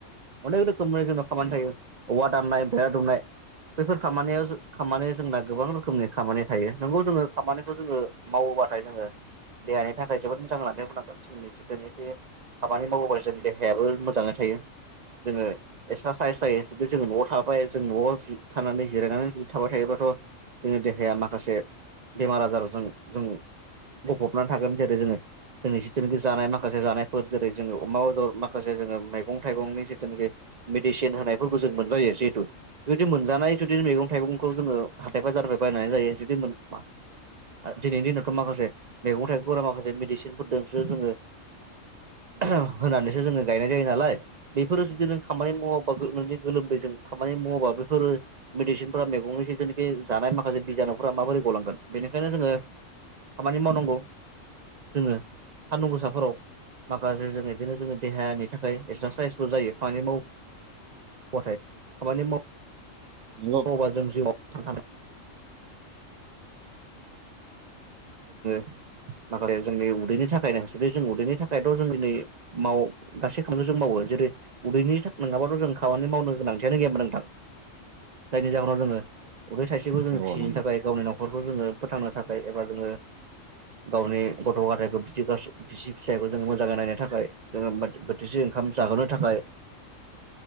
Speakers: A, on the right; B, on the right.
A: अनेक रोखोमनि जोंनाव खामानि
B: उम
A: थायो। औवा दाननाय, बेरा दुमनाय। बैफोर खामानियाव खामानि जोंना गोबां रोखोमनि खामानि थायो नंगौ जोङो खामानिखौ जोङो मावोब्लाथाय जोङो देहानि थाखाय जोबोद मोजां होननानै बुंनांगोन जिथुनिखि खामानि मावोबा जोंनि देहायाबो मोजाङै थायो। जोङो एक्सारसाइस जायो ।जुदि जोङो न'आव थाबाय जों न'आव थानानै जिरायनानै जुदि थाबाय थायोबाथ' जोंनि देहाया माखासे बेमार आजाराव जों -जों गफबनानै थागोन जेरै जोङो जोंनि जिथुनिखि जानाय माखासे जानायफोर, जेरै जोङो अमा बेदर माखासे जोङो मैगं -थाइगंनि जिथुनिखि मेडिसिन होनायफोरखौ जों मोनजायो जिहेतु जुदि मोनजानाय जुदि मैगं -थाइगंखौ, जोङो हाथाय बाजार बायनानै जायो जुदि <unintelligible> दिनैनि दिनावथ' माखासे मैगं- थाइगंफोरा माखासे मेडिसिनफोरजोंसो जोङो ओम होनानैसो जोङो गायनाय जायो नालाय ।बेफोरो जुदि नों खामानि मावाबा नों गोलोमदै जों खामानि मावोबा बेफोर मेदिसिनफोरा मैगंनि जिखिनि जानाय माखासे बिजानुफोरा माबोरै गलांगोन? बेनिखायनो जोङो खामानि मावनांगौ। जोङो सान्दुं गोसाफोराव माखासे जों बिदिनो जोंनि देहानि थाखाय एक्सारसाइसबो जायो खामानि माव मावबाथाय, खामानि <unintelligible>
B: नंगौ
A: अबा जों जिउआव <unintelligible> <unintelligible> माखासे जोंनि उदैनि थाखायनोथ' जों उदैनि थाखायथ' जों दिनै माव गासै खामखौ जों मावो जेरै उदैनि था नङाबाथ' जों खामानि मावनो गोनांथियानो गैयामोन नोंथां जायनि जाहोनाव जोङो उदै थाइसेखौ जोङो
B: नंगौ
A: फिसिनो
B: नंगौ
A: थाखाय गावनि न'खरखौ जोङो फोथांनो थाखाय एबा जोंङो गावनि गथ' गथायखौ बिदि बिसि फिसायखौ जोङो मोजाङै नायनो थाखाय जोङो बोथिसे ओंखाम जाहोनो थाखाय